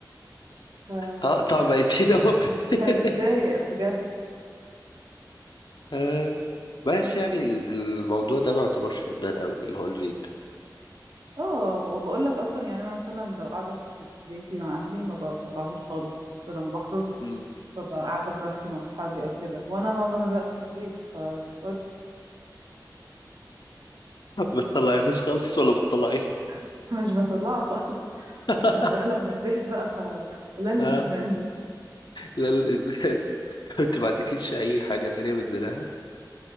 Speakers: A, on the right; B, on the left.
A: ف...
B: هقطع ميتين
A: ف-
B: أمي <laughs>
A: بتضايق بجد
B: آه، بس يعني ال- الموضوع ده ما يعتبرش ادمان قوي اللي هو الفيب
A: اه وبقول لك اصلا يعني انا مثلا لو قاعده في بيتي مع اهلي ما بطلعهوش خالص بس لما بخرج
B: مم.
A: ببقى قاعده براحتي مع اصحابي او كده وانا معظم الوقت في البيت فجس وات
B: <laughs> بتطلعيهوش خالص ولا بتطلعيه
A: <laughs> مش بطلعه خالص
B: <laughs>
A: انا شغاله من البيت بقى فلا للادمان
B: آه، لا الادمان <laughs> طب انت ما عندكيش اي حاجه تانية بتدمنها